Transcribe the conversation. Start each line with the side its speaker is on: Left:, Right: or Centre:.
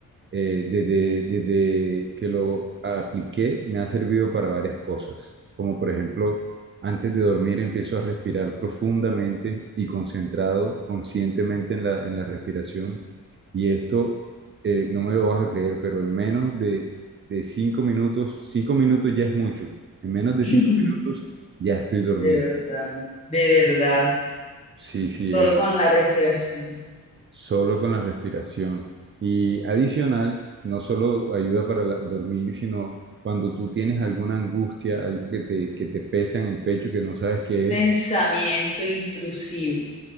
Right: eh, desde, desde que lo apliqué me ha servido para varias cosas, como por ejemplo, antes de dormir empiezo a respirar profundamente y concentrado, conscientemente en la, en la respiración. Y esto, eh, no me lo vas a creer, pero en menos de, de cinco minutos, cinco minutos ya es mucho, en menos de
Left: <laughs>
Right: cinco minutos ya estoy dormido.
Left: De verdad, de verdad,
Right: Sí, sí,
Left: solo con la respiración.
Right: solo con la respiración. Y adicional, no solo ayuda para la- dormir, sino cuando tú tienes alguna angustia, algo que te, que te pesa en el pecho, que no sabes qué
Left: Pensamiento
Right: es,
Left: intrusivo.